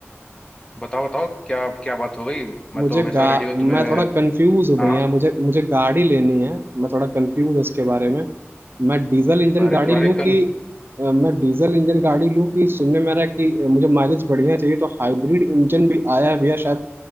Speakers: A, on the left; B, on the right.
A: बताओ बताओ क्या क्या बात हो गई मैं
B: मुझे
A: तो हमेशा
B: गा
A: रेडी हूँ तुम्हें
B: मैं थोड़ा कंफ्यूज हूँ
A: हाँ
B: भैया मुझे मुझे गाड़ी लेनी है मैं थोड़ा कंफ्यूज हूँ इसके बारे में मैं डीजल इंजन
A: अरे
B: गाड़ी
A: तुम्हारी
B: लूँ कि
A: कन
B: अ, मैं डीजल इंजन गाड़ी लूँ कि सुनने में आ रहा है कि अ, मुझे माइलेज बढ़िया चाहिए तो हाइब्रिड इंजन भी आया है भैया शायद